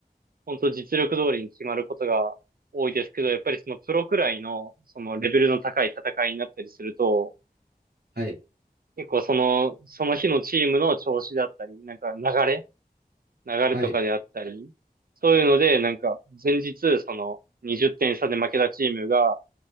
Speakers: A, on the right; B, on the right.
A: 本当実力通りに決まることが多いですけど、やっぱりそのプロくらいの、そのレベルの高い戦いになったりすると、
B: はい
A: 結構その、その日のチームの調子だったり、なんか流れ流れとかであったり、
B: はい。
A: そういうので、なんか前日、その20点差で負けたチームが、